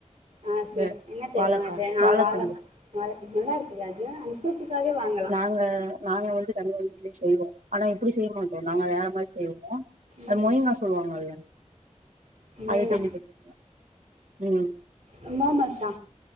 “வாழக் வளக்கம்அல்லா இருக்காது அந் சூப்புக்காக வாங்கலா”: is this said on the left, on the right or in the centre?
Right